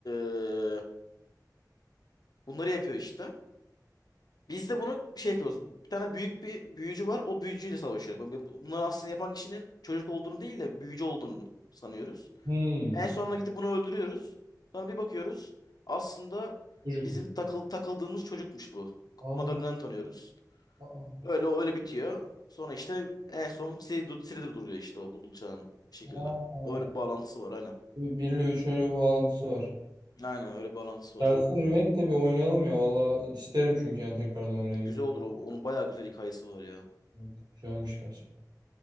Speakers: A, on the left; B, on the right.
A: eee, bunları yapıyor işte. Biz de bunu şey yapıyoruz. Bir tane büyük bir büyücü var. O büyücüyle savaşıyor. Bu- bu- Bunları aslında yapan kişinin çocuk olduğunu değil de büyücü olduğunu sanıyoruz.
B: Hmm.
A: En sonunda gidip bunu öldürüyoruz. Sonra bir bakıyoruz. Aslında
B: Çocukmuş.
A: bizim takıl takıldığımız çocukmuş bu.
B: Aa.
A: Madalyondan tanıyoruz.
B: Aa.
A: Öyle öyle bitiyor. Sonra işte en son Siri, Siri durduruyor işte o buzul çağını bir şekilde.
B: Aa.
A: Öyle bir bağlantısı var aynen.
B: Bir ile üçün öyle bir bağlantısı var.
A: Aynen öyle bir bağlantısı
B: Gelsin
A: var.
B: remake de bir oynayalım ya. Valla isterim çünkü yani tekrardan oraya girmek.
A: Güzel olur. o- Onun bayağı güzel hikayesi var ya.
B: Evet, Güzelmiş gerçekten.